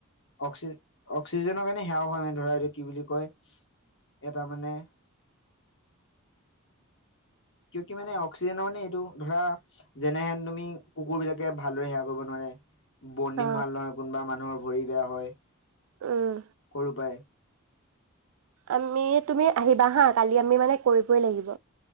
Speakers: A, on the left; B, on the right.
A: অক্সিজে অক্সিজেনৰ <unintelligible> মানে সেৱাও হয় মানে ধৰা এইটো কি বুলি কয় এটা মানে কিয় কি মানে অক্সিজেনৰ মানে এইটো ধৰা যেনেহেন তুমি কুকুৰ বিলাকে ভালদৰে সেৱা কৰিব নোৱাৰে বণ্ডিং
B: অ',
A: ভাল নহয় কোনবা মান নৰ ভৰি বেয়া হয়
B: উম।
A: কৰো পাই
B: আমি তুমি আহিবা হা কালি আমি মানে কৰিবই লাগিব